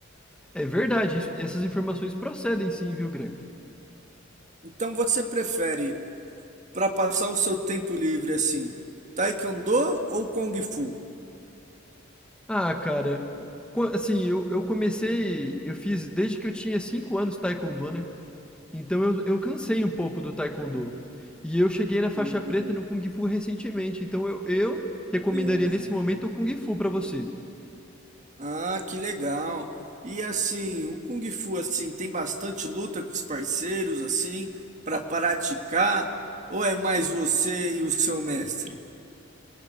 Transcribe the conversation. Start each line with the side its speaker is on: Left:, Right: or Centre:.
Centre: É verdade, isso- essas informações procedem sim, viu, Gregory?
Right: Então você prefere para passar o seu tempo livre assim, Taekwondo ou Kung Fu?
Centre: Ah, cara, o- co- assim, eu, eu comecei, eu fiz desde que eu tinha 5 anos Taekwondo, né? Então eu, eu cansei um pouco do Taekwondo. E eu cheguei na faixa
Right: Uhum.
Centre: preta no Kung Fu recentemente, então eu, eu recomendaria
Right: Ah,
Centre: nesse momento o Kung Fu pra você.
Right: ah, que legal. E assim, o Kung Fu assim tem bastante luta com os parceiros assim para praticar ou é mais você e o seu mestre?